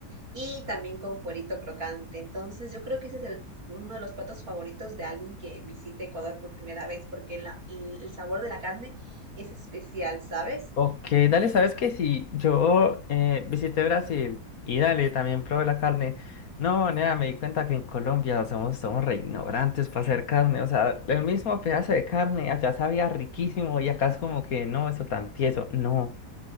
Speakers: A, on the right; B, on the left.
A: y también con cuerito crocante. Entonces, yo creo que ese es el- uno de los platos favoritos de alguien que visite Ecuador por primera vez, porque la- el el sabor de la carne es especial, ¿sabes?
B: Ok, dale, ¿sabes qué? Si yo eh, visité Brasil y dale, también probé la carne. No, nada, me di cuenta que en Colombia somos, somos re ignorantes para hacer carne. O sea, el mismo pedazo de carne allá sabía riquísimo y acá es como que no, eso tan tieso. No,